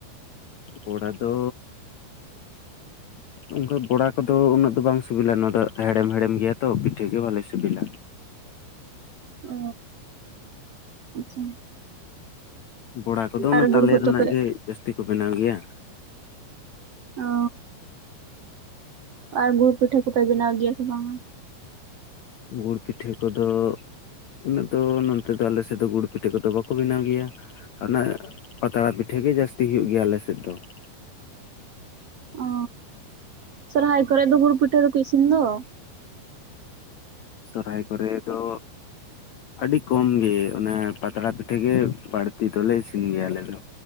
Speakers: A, on the left (about 75°); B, on the right (about 65°).
A: ᱵᱚᱲᱟ ᱫᱚ ᱚᱱᱠᱟ ᱵᱚᱲᱟ ᱠᱚᱫᱚ ᱩᱱᱟᱹᱜ ᱫᱚ ᱵᱟᱝ ᱥᱤᱵᱤᱞᱟ ᱱᱚᱣᱟ ᱫᱚ ᱦᱮᱲᱮᱢ ᱦᱮᱲᱮᱢ ᱜᱮᱭᱟ ᱛᱚ ᱯᱤᱴᱷᱟᱹ ᱜᱮ ᱵᱷᱟᱞᱮ ᱥᱤᱵᱤᱞᱟ᱾
B: ᱚᱻ ᱟᱪᱪᱷᱟ <inaudible>
A: ᱵᱚᱲᱟ ᱠᱚᱫᱚ ᱚᱱᱟ
B: ᱟᱨ
A: ᱛᱟᱞᱮ
B: ᱜᱩᱲ ᱠᱚᱫᱚ
A: ᱨᱮᱱᱟᱜ
B: ᱯᱮ
A: ᱜᱮ ᱡᱟᱹᱥᱛᱤ ᱠᱚ ᱵᱮᱱᱟᱣ ᱜᱮᱭᱟ᱾
B: ᱚᱻ ᱟᱨ ᱜᱩᱲ ᱯᱤᱴᱷᱟᱹ ᱠᱚᱯᱮ ᱵᱮᱱᱟᱣ ᱜᱮᱭᱟ ᱥᱮ ᱵᱟᱝᱟ?
A: ᱜᱩᱲ ᱯᱤᱴᱷᱟᱹ ᱠᱚᱫᱚ ᱩᱱᱟᱹᱜ ᱫᱚ ᱱᱚᱱᱛᱮ ᱫᱚ ᱟᱞᱮ ᱥᱮᱫ ᱫᱚ ᱜᱩᱲ ᱯᱤᱴᱷᱟᱹ ᱠᱚᱫᱚ ᱵᱟᱠᱚ ᱵᱮᱱᱟᱣ ᱜᱮᱭᱟ᱾ ᱦᱟᱱᱟ ᱯᱟᱛᱲᱟ ᱯᱤᱴᱷᱟᱹ ᱜᱮ ᱡᱟᱹᱥᱛᱤ ᱦᱩᱭᱩᱜ ᱜᱮᱭᱟ ᱟᱞᱮ ᱥᱮᱫ ᱫᱚ ᱾
B: ᱚ, ᱥᱚᱨᱦᱟᱭ ᱠᱚᱨᱮ ᱫᱚ ᱜᱩᱲ ᱯᱤᱴᱟᱹ ᱫᱚᱠᱚ ᱤᱥᱤᱱ ᱫᱚ ᱾
A: ᱥᱚᱨᱦᱟᱭ ᱠᱚᱨᱮ ᱫᱚ ᱟᱹᱰᱤ ᱠᱚᱢ ᱜᱮ ᱚᱱᱟ ᱯᱟᱛᱲᱟ ᱯᱤᱴᱷᱟᱹ ᱜᱮ ᱵᱟᱹᱲᱛᱤ ᱫᱚᱞᱮ ᱤᱥᱤᱱ ᱜᱮᱭᱟ ᱟᱞᱮ ᱫᱚ